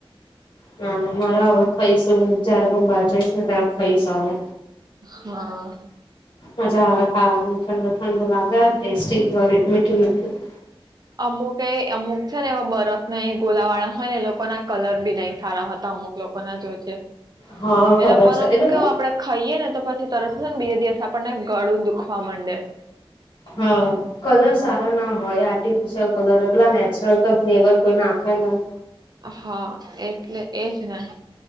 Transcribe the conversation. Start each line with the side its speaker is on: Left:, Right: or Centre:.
Left: ના ના મારો આવક પૈસો જયારે પણ બહાર જઈશ ને તારે ખઈશ અવે
Right: હા
Left: મજા આવે ખાવાની ઠંડ ઠંડ ઠંડ લાગ ટેસ્ટી વરી મીઠું મીઠું <inaudible>
Right: અમુક એ અમુક છે ને એવા બરફ ને ગોલા વાળા હોય ને એ લોકો ના કલર બી નય સારા હતા અમુક લોકો ના જો છે.
Left: હા ખબર
Right: એ લોકોનો
Left: છે એટલે
Right: કેવો આપડે ખાઈએે ને તો પછી તરત છે ને બીજા દિવસ આપ આપણને ગળું દુખવા માંડે
Left: હા કલર
Right: હા
Left: સારા ના હોય આર્ટી ફિશિયલ કલર પેલા ને નેચરલ તો ફ્લેવર કોઈ નાખે નહી.
Right: હા એટલે એજ તના